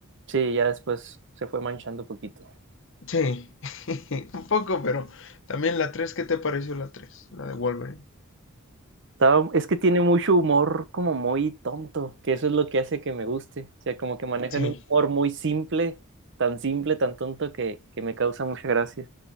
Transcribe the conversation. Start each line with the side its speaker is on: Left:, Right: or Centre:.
Right: sí, ya después se fue manchando poquito.
Left: Sí, <laughs> un poco, pero también la tres ¿qué te pareció la tres La de Wolverine.
Right: Estaba- es que tiene mucho humor como muy tonto, que eso es lo que hace que me guste. O sea, como que manejan
Left: Sí,
Right: un humor muy simple, tan simple, tan tonto que, que me causa mucha gracia.